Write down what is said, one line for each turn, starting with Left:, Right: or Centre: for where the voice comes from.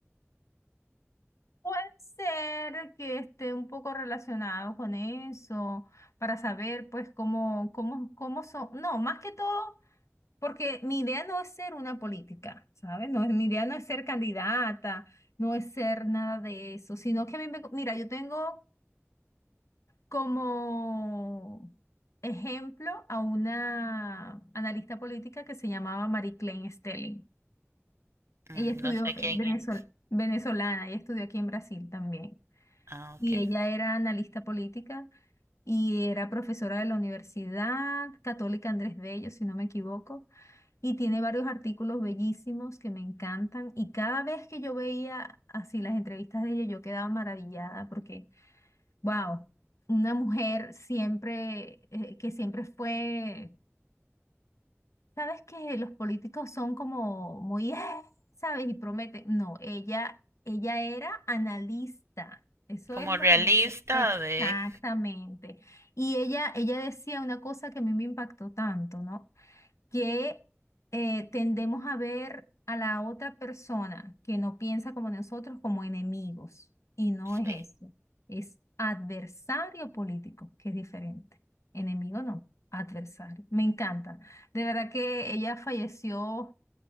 Left: Puede ser que esté un poco relacionado con eso, para saber pues cómo, cómo, cómo son, no, más que todo, porque mi idea no es ser una política, ¿sabes? No, es- mi idea no es ser candidata, no es ser nada de eso, sino que a mí me, mira, yo tengo como ejemplo a una analista política que se llamaba Marie Klein Stelling.
Right: Mm,
Left: Ella estudió
Right: No sé quién
Left: eh, venezol-
Right: es.
Left: venezolana, ella estudió aquí en Brasil también.
Right: Ah, ok.
Left: Y ella era analista política y era profesora de la Universidad Católica Andrés Bello, si no me equivoco, y tiene varios artículos bellísimos que me encantan. Y cada vez que yo veía así las entrevistas de ella, yo quedaba maravillada porque, wow, una mujer siempre, eh, que siempre fue Sabes que los políticos son como muy, "Eh", ¿sabes? Y prometen. No, ella, ella era analista. Eso
Right: Como
Left: es lo
Right: realista
Left: que dice. Exactamente.
Right: de...
Left: Y ella, ella decía una cosa que a mí me impactó tanto, ¿no? que eh, tendemos a ver a la otra persona que no piensa como nosotros como enemigos. Y no
Right: Sí.
Left: es eso. Es adversario político, que es diferente. Enemigo no, adversario. Me encanta. De verdad que ella falleció